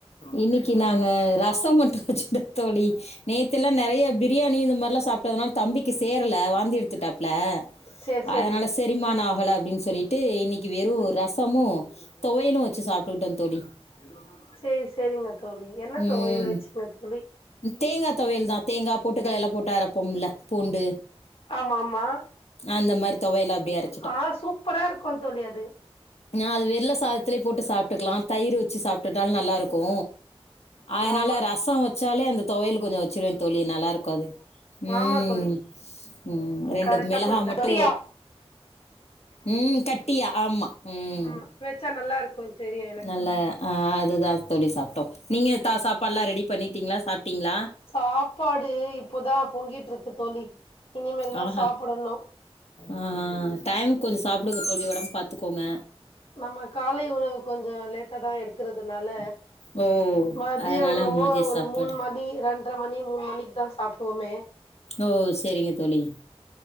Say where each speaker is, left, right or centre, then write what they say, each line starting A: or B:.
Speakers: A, on the left (about 80°); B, on the left (about 60°).
A: இன்னிக்கி நாங்க ரசம் மட்டு வச்சுட்டோ தோழி நேத்து எல்லா நெறையா பிரியாணி இந்த மாதிரில்லா சாப்ட்டதுனால தம்பிக்கு சேர்ல வாந்தி எடுத்துட்டாப்ல
B: சேரி சேரி
A: அதனால சா செரிமான ஆகல அப்டின்னு சொல்லிட்டு இன்னைக்கி வெறும் ரசமும் தொவயலு வச்சு சாப்ட்டுக்கிட்டோ தோழி எது வர்னுனா
B: சேரி சேரிங்க தோழி என்ன
A: ம்
B: துவையல் வச்சீங்க தோழி
A: தேங்கா தொவையல்தா தேங்கா பொட்டுக்கல்லல்லா போட்டு அரப்போம்ல பூண்டு
B: ஆமா ஆமா
A: அந்த மாரி தொவையல்ல அப்டியே அர
B: ஆ சூப்பரா இருக்கு தோழி அது
A: ஆ அது வெல்ல சாதத்துலே போட்டு சாப்ட்டுக்கலா தயிர் வச்சு சாப்ட்டுட்டாலு நல்லாயிருக்கு அதனால
B: ஆமா
A: ரச வச்சாலே அந்த துவையல் கொஞ்சோ வச்சிருவே தோழி நல்லா இருக்கு அது ம்
B: ஆமா தோழி
A: ம் ரெண்டு
B: கரெக்டா
A: மிளகா
B: சொன்னீங்க
A: மட்டு ம் கட்டியா ஆமா ம்
B: ஆமா வச்சா நல்லா இருக்கு தெரியு எனக்கு
A: நல்லா ஆ அதுதா தோழி சாப்ட்டோ நீங்க தா சாப்பாடுலா ரெடி பண்ணிட்டீங்ளா சாப்ட்டீங்ளா
B: சாப்பாடு இப்பதா பொங்கிட் இருக்கு தோழி இனிமேல் தா
A: ஆ
B: சாப்பிடணு
A: ஆ டைமுக்கு கொஞ்சோ சாப்பிடுங்க தோழி ஒடம்ப பாத்துக்கோங்க
B: நம்ம காலை உணவு கொஞ்சோ லேட்டாதா எடுக்கறதுனால
A: ஓ
B: மதிய
A: அதனால்
B: உணவோ
A: மதிய
B: ஒரு
A: சாப்பாடு
B: மூண் மணி ரெண்ற மணி மூண் மணிக்கு தா சாப்பிடுவோமே
A: ஓ செரிங்க தோழி